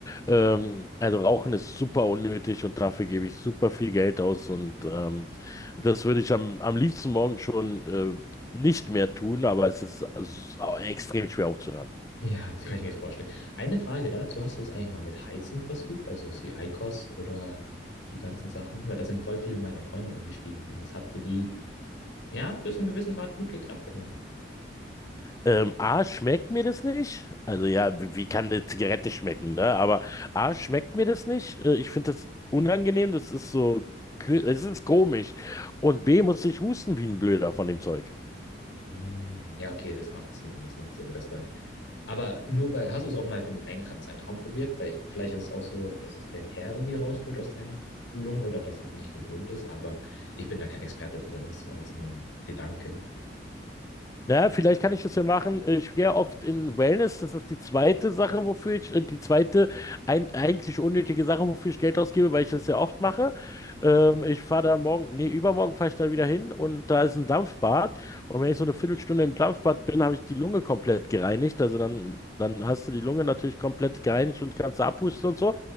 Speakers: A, on the left; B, on the left.
A: Ähm, also Rauchen ist super unnötig und dafür gebe ich super viel Geld aus und ähm, das würde ich am, am liebsten morgen schon äh, nicht mehr tun, aber es ist s- au- extrem schwer aufzuhören.
B: Ja, das kann ich mir vorstellen. Eine Frage dazu, hast du es eigentlich mal mit Heizen versucht, also sowas wie IQOS oder die ganzen Sachen? Weil da sind voll viele meiner Freunde umgestiegen und es hat für die, ja, bis zu einem gewissen Grad gut geklappt immer.
A: Ähm, A, schmeckt mir das nicht? Also ja, wie, wie kann eine Zigarette schmecken, ne? Aber A, schmeckt mir das nicht? Äh, ich finde das unangenehm, das ist so, kü- es ist komisch. Und B, muss ich husten wie ein Blöder von dem Zeug.
B: Mm, Ja, okay, das macht Sinn, das macht Sinn, das dann. Aber nur bei, hast du es auch mal für einen längeren Zeitraum probiert? Weil ich, vielleicht ist es auch so, dass es den Teer irgendwie rausholt aus deinen Lungen oder dass es nicht gewohnt ist, aber ich bin da kein Experte drin, das war jetzt nur ein Gedanke.
A: Naja, vielleicht kann ich das ja machen. Ich gehe oft in Wellness. Das ist die zweite Sache, wofür ich, äh, die zweite ein, eigentlich unnötige Sache, wofür ich Geld ausgebe, weil ich das ja oft mache. Ähm, ich fahre da morgen, nee, übermorgen fahre ich da wieder hin und da ist ein Dampfbad. Und wenn ich so eine Viertelstunde im Dampfbad bin, habe ich die Lunge komplett gereinigt. Also dann, dann hast du die Lunge natürlich komplett gereinigt und kannst abpusten und so.